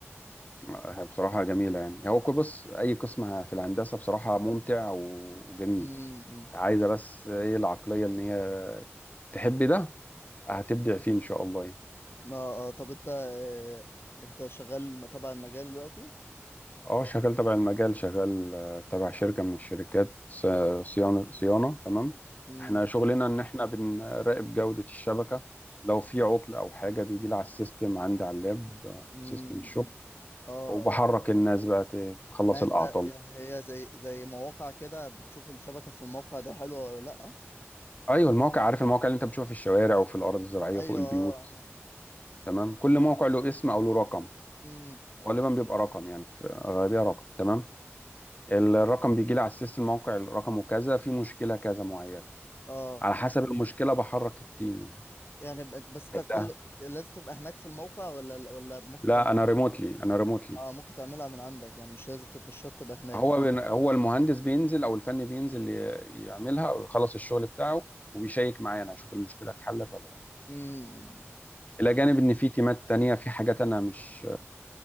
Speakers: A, on the left; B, on the left.
A: آه، بصراحة جميلة يعني هو كل بص أي قسم في الهندسة بصراحة ممتع و- وجميل
B: <laughs>
A: عايزة بس إيه العقلية إن هي تحب ده هتبدع فيه إن شاء الله يعني.
B: اه آه، طب انت آه، انت شغال م- تبع المجال دلوقتي
A: اه شغال تبع المجال شغال آه، تبع شركة من الشركات آه، صيانة صيانة تمام
B: امم
A: احنا شغلنا ان احنا بنراقب جودة الشبكة لو في عطل او حاجة بيجي لي على السيستم عندي على اللاب آه،
B: امم
A: سيستم الشغل
B: اه
A: وبحرك الناس بقى ت- تخلص
B: يعني انت
A: الاعطال
B: يعني هي زي زي مواقع كده بتشوف الشبكة في الموقع ده حلوة ولا لأ
A: ايوه المواقع عارف المواقع اللي انت بتشوفها في الشوارع وفي الارض الزراعية
B: ايوه
A: فوق البيوت
B: اه
A: تمام كل موقع له اسم او له رقم
B: امم
A: غالبا بيبقى رقم يعني في غالبية رقم تمام الرقم بيجي لي على السيستم موقع الرقم وكذا في مشكلة كذا معينة
B: اه
A: على حسب المشكله بحرك التيم
B: يعني ب- انت بس
A: لا
B: انت كل لازم تبقى هناك في الموقع ولا ولا ممكن
A: لا
B: تعمل
A: انا ريموتلي انا ريموتلي
B: اه ممكن تعملها من عندك يعني مش لازم تبقى مش شرط تبقى هناك
A: هو
B: يعني.
A: بين هو المهندس بينزل او الفني بينزل ي- يعملها او يخلص الشغل بتاعه وبيشيك معايا انا اشوف المشكله اتحلت ولا لا
B: امم
A: الى جانب ان في تيمات تانية في حاجات انا مش